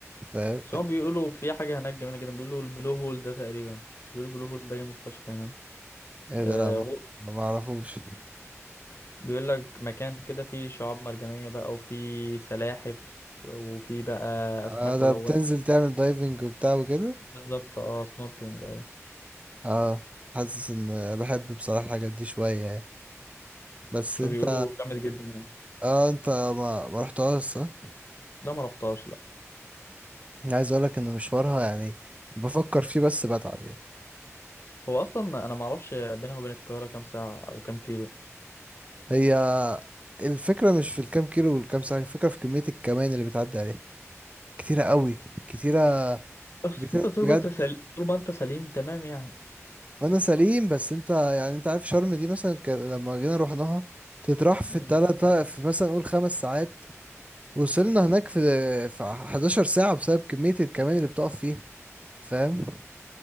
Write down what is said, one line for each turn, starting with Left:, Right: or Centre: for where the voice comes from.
Right: فاهم
Left: بس هم بيقولوا في حاجه هناك جميله جدا بيقولوا البلو هول ده تقريبا بيقولوا البلو هول ده جامد فشخ هناك
Right: ايه ده
Left: آه،
Right: لا ما ما اعرفوش
Left: بيقول لك مكان كده فيه شعاب مرجانية بقى وفيه سلاحف وفيه بقى أسماك
Right: آه ده
Left: ملونة
Right: بتنزل تعمل دايفنج وبتاع وكده
Left: بالظبط اه سنوركلينج أيوة
Right: اه حاسس ان بحب بصراحه الحاجات دي شويه يعني بس انت
Left: فبيقولوا جامد جدا يعني
Right: اه انت ما ما رحتهاش صح
Left: ده ما رحتهاش لا
Right: أنا عايز اقولك ان مشوارها يعني بفكر فيه بس بتعب يعني.
Left: هو أصلا أنا ما أعرفش بينها وبين القاهرة كام ساعة أو كام كيلو
Right: هي الفكرة مش في الكام كيلو والكام ساعة الفكرة في كمية الكمان اللي بتعدي عليه كتيرة قوي كتيرة
Left: بس
Right: كتيرة
Left: أنت طول
Right: بجد
Left: ما أنت سليم طول ما أنت سليم تمام يعني
Right: وانا سليم بس انت يعني انت عارف شرم دي مثلا ك... لما جينا رحناها تتراح
Left: مم.
Right: في التلاتة في مثلا نقول خمس ساعات وصلنا هناك في في 11 ساعة بسبب كمية الكمان اللي بتقف فيها فاهم